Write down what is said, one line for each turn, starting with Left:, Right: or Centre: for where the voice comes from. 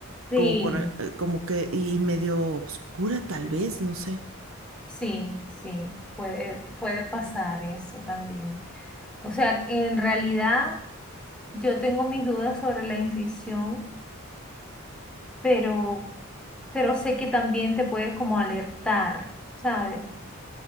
Centre: sí,
Right: como por, eh, como que y medio obscura tal vez, no sé.
Centre: sí, sí, puede, puede pasar eso también. O sea, en realidad yo tengo mis dudas sobre la intuición. pero, pero sé que también te puede como alertar, ¿sabes?